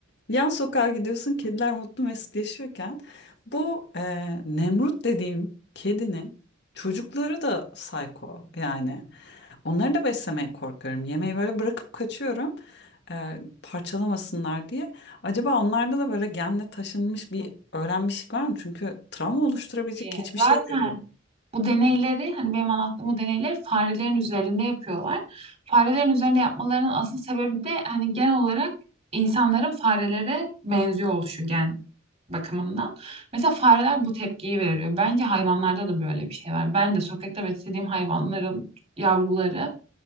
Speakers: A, on the left (about 55°); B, on the right (about 35°).
A: Yan sokağa gidiyorsun kediler mutlu mesut yaşıyorken bu e, Nemrut dediğim kedinin çocukları da psycho yani. Onları da beslemeye korkuyorum. Yemeği böyle bırakıp kaçıyorum e, parçalamasınlar diye. Acaba onlarda da böyle genle taşınmış bir öğrenmişlik var mı? Çünkü travma oluşturabilecek
B: Ee,
A: hiçbir
B: zaten
A: şey veriyor.
B: bu deneyleri hani benim anlattığım bu deneyleri farelerin üzerinde yapıyorlar. Farelerin üzerinde yapmalarının asıl sebebi de hani genel olarak insanların farelere benziyor oluşu gen bakımından. Mesela fareler bu tepkiyi veriyor. Bence hayvanlarda da böyle bir şey var. Ben de sokakta beslediğim hayvanların yavruları